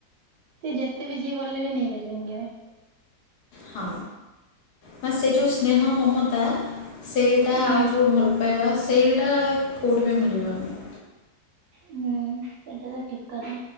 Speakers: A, on the right (about 75°); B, on the left (about 75°).
A: ସେଏ ଯେତେ ବି ଯିଏ କଲେ ବି ନେଇପାରିବେନି କେବେ।
B: ହଁ ବା ସେ ଯୋଉ ସ୍ନେହ ମମତା ସେଇଟା
A: ହୁଁ
B: ଆଉ ଯୋଉ ଭଲ ପାଇବା ସେଇଟା କୋଇଟି ବି ମିଳିବନି।
A: ହୁଁ ସେଇଟା ତ ଠିକ୍ କଥା।